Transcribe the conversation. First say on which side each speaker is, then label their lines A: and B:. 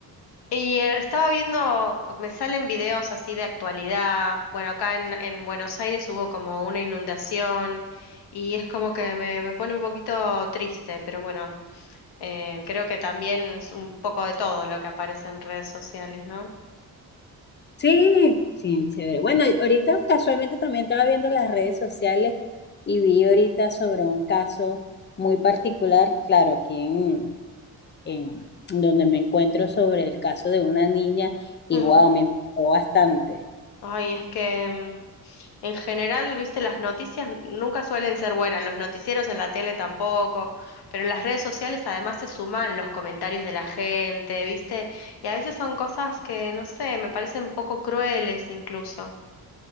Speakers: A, on the left; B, on the left.
A: Y eh, estaba viendo, me salen videos así de actualidad. Bueno, acá en, en Buenos Aires hubo como una inundación y es como que me, me pone un poquito triste, pero bueno, eh, creo que también es un poco de todo lo que aparece en redes sociales, ¿no?
B: Sí, sí, chévere. Bueno, ahorita casualmente también estaba viendo las redes sociales y vi ahorita sobre un caso muy particular, claro, aquí en, en donde me encuentro sobre el caso de una niña y
A: Mm.
B: wow, me impactó bastante.
A: Ay, es que mm, en general, viste, las noticias nunca suelen ser buenas, los noticieros en la tele tampoco, pero en las redes sociales además se suman los comentarios de la gente, viste, y a veces son cosas que, no sé, me parecen un poco crueles incluso.